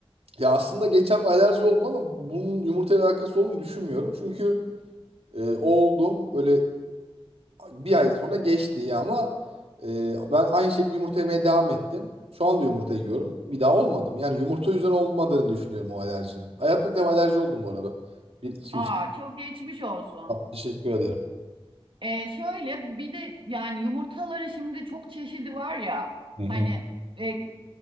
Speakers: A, on the right (about 75°); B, on the right (about 55°).
A: Ya aslında geçen bir alerji oldum ama bunun yumurtayla alakası olduğunu düşünmüyorum. Çünkü e, oldum böyle bir ay sonra geçti ya ama e, ben aynı şekilde yumurta yemeye devam ettim. Şu anda yumurta yiyorum. Bir daha olmadım. Yani yumurta yüzünden olmadığını düşünüyorum o alerjinin. Hayatımda ilk defa alerji oldum bu arada. bir iki
B: Aa
A: üç
B: çok geçmiş olsun.
A: Teşekkür ederim.
B: Ee şöyle bir de yani yumurtaların şimdi çok çeşidi var ya
A: Hı hı.
B: hani e,